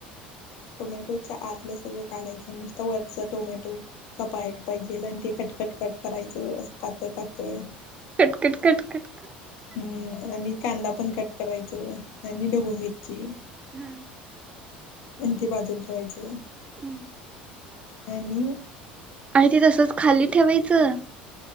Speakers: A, on the left; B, on the right.
A: टोमॅटोच्या आतलं सगळं काढायचं नुसतं वरचं टोमॅटो. चपाट पाहिजेलं आणि ते कट कट कट करायचं अस पातळ पातळ.
B: Cut cut cut cut.
A: हम्म आणि कांदा पण कट करायचं, आणि ढोबू मिरची.
B: हा.
A: कोणती बाजूला ठेवायचं.
B: हम्म.
A: आणि.
B: काय ते तसचं खाली ठेवायचं.